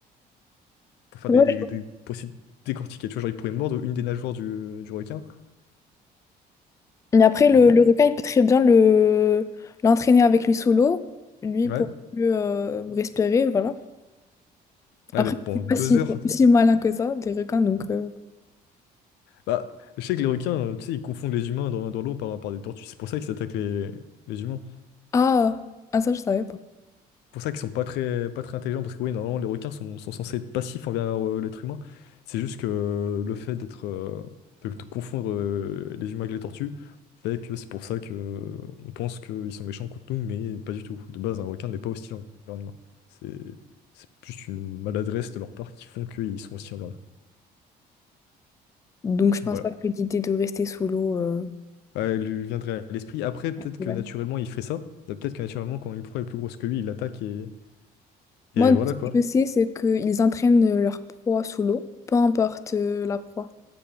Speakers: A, on the left; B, on the left.
A: pour faire
B: Ouais,
A: des, des, des- pour essayer de décortiquer, tu vois, genre, il pourrait mordre une des nageoires du, du requin.
B: Mais après, le,
A: Euh,
B: le requin, il peut très bien le l'entraîner avec lui sous l'eau, lui
A: Ouais,
B: pour mieux euh, respirer, voilà.
A: ouais,
B: Après,
A: mais pendant
B: je sais pas
A: deux
B: s'ils
A: heures.
B: sont aussi malins que ça, des requins, donc... euh,
A: Bah, je sais que les requins, euh, tu sais, ils confondent les humains dans, dans l'eau par, par des tortues, c'est pour ça qu'ils attaquent les, les humains.
B: Ah, ah, ça, je savais pas.
A: pour ça qu'ils sont pas très, pas très intelligents, parce que oui, normalement, les requins sont, sont censés être passifs envers euh, l'être humain. C'est juste que euh, le fait d'être, euh, de, de confondre euh, les humains avec les tortues, fait que c'est pour ça que euh, on pense qu'ils sont méchants contre nous, mais pas du tout. De base, un requin n'est pas hostile envers un humain. C'est, c'est juste une maladresse de leur part qui font qu'ils sont hostiles envers nous.
B: Donc, je
A: Voilà.
B: pense pas que l'idée de rester sous l'eau... euh,
A: Ouais, elle lui viendrait à l'esprit. Après, peut-être
B: ouais.
A: que naturellement, il ferait ça. Bah, Peut-être que naturellement, quand une proie est plus grosse que lui, il l'attaque et,
B: Moi,
A: et voilà
B: ce
A: quoi.
B: que je sais, c'est qu'ils entraînent leur proie sous l'eau, peu importe euh, la proie.